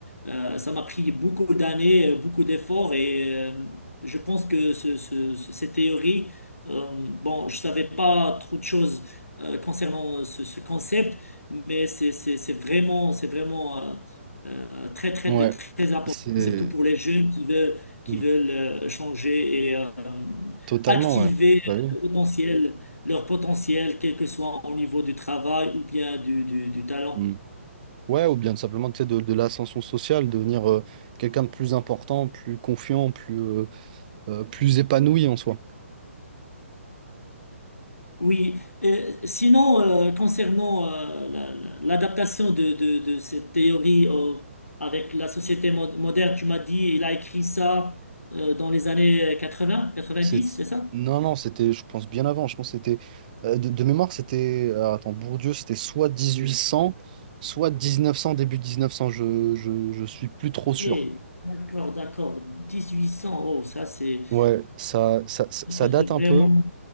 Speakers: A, on the left; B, on the right.
A: euh, ça m'a pris beaucoup d'années, euh, beaucoup d'efforts. Et euh, je pense que ce, ce- ce- cette théorie, euh, bon, je savais pas trop de choses euh, concernant ce, ce concept, mais c'est c'est- c'est vraiment, c'est vraiment euh, euh, très, très,
B: Ouais,
A: de très important,
B: c'est
A: surtout pour les jeunes qui veulent, qui
B: Mm.
A: veulent euh, changer et euh,
B: totalement,
A: activer
B: ouais. Bah oui.
A: le potentiel leur potentiel, quel que soit au niveau du travail ou bien du, du- du talent.
B: Mm. Ouais, ou bien tout simplement, tu sais, de, de l'ascension sociale, devenir euh, quelqu'un de plus important, plus confiant, plus, euh, euh, plus épanoui en soi.
A: Oui, Euh, sinon, euh, concernant euh, la- la- l'adaptation de, de- de cette théorie au- avec la société mo- moderne, tu m'as dit, il a écrit ça euh, dans les années 80, 90,
B: C'est...
A: c'est ça?
B: Non, non, c'était, je pense, bien avant. Je pense que c'était, euh, de, de mémoire, c'était, alors, attends, Bourdieu, c'était soit 1800, soit 1900, début 1900. Je, je, je suis plus trop sûr.
A: Oui, d'accord, d'accord. 1800, oh, ça c'est
B: Ouais, ça, ça, ça
A: c'est
B: ça date un
A: vraiment...
B: peu.